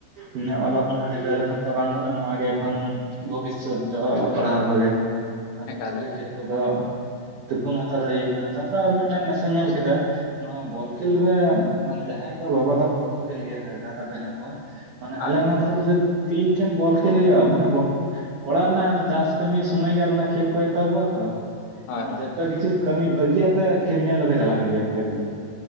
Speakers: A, on the right (about 85°); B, on the left (about 80°).
A: ᱩᱱᱟᱹᱜ ᱚᱞᱚᱜ ᱯᱟᱲᱦᱟᱜ ᱰᱷᱤᱞᱟᱹᱣ ᱞᱮᱠᱷᱟᱱ ᱛᱚ ᱵᱟᱝ ᱜᱟᱱᱚᱜ ᱱᱚᱣᱟ ᱜᱮ ᱮᱠᱷᱚᱱ ᱵᱷᱚᱵᱤᱥᱥᱚᱛ ᱫᱚ ᱚᱞᱚᱜ ᱯᱟᱲᱦᱟᱣ ᱠᱚᱜᱮ ᱟᱫᱤ
B: ᱮᱠᱟᱞ
A: ᱱᱚᱣᱟ
B: ᱮᱠᱟᱞ
A: ᱠᱷᱮᱞ ᱠᱚᱫᱚ ᱛᱩᱠᱩᱢ ᱦᱟᱛᱟᱲ ᱦᱩᱭ ᱟᱠᱟᱱᱟ ᱛᱟᱯᱚᱨ ᱟᱨ ᱢᱤᱫᱴᱟᱝ ᱱᱮᱥᱟᱧ ᱧᱮᱞ ᱠᱮᱫᱟ ᱱᱚᱣᱟ ᱵᱚᱞ ᱠᱷᱮᱞ ᱨᱮ ᱢᱟᱱᱮ ᱡᱟᱦᱟᱸᱭ ᱠᱚ ᱵᱟᱵᱟ ᱛᱟᱠᱚ ᱵᱟᱠᱚ ᱠᱷᱮᱞ ᱜᱮᱭᱟ ᱜᱟ ᱛᱟᱠᱚ ᱚᱠᱚᱭ ᱦᱮᱱᱟᱜ ᱠᱚᱣᱟ ᱢᱟᱱᱮ
B: ᱦᱳᱭ
A: ᱟᱞᱮ
B: ᱦᱳᱭ
A: ᱱᱚᱣᱟ ᱫᱷᱟᱨᱮ ᱛᱤᱱ ᱴᱷᱮᱱ ᱵᱚᱞ ᱠᱷᱮᱞ ᱦᱩᱭᱩᱜᱼᱟ ᱢᱟᱱᱮ ᱜᱚᱴ ᱚᱲᱟᱜ ᱨᱮᱱᱟᱜ ᱪᱟᱥ ᱠᱟᱹᱢᱤ ᱥᱚᱢᱚᱭ ᱜᱮ ᱟᱨ ᱚᱱᱟ ᱠᱷᱮᱞ ᱠᱚ ᱮᱛᱚᱦᱚᱵᱚᱜ-ᱟᱛᱚ
B: ᱦᱳᱭ
A: ᱢᱟᱱᱮ
B: ᱦᱳᱭ
A: ᱡᱚᱛᱚ ᱠᱤᱪᱷᱩ ᱠᱟᱹᱢᱤ ᱵᱟᱹᱜᱤᱭᱟᱛᱮ ᱠᱷᱮᱞ ᱧᱮᱞ ᱫᱚᱠᱚ ᱪᱟᱞᱟᱜ ᱜᱮᱭᱟ ᱠᱚ ᱮᱠᱫᱚᱢ᱾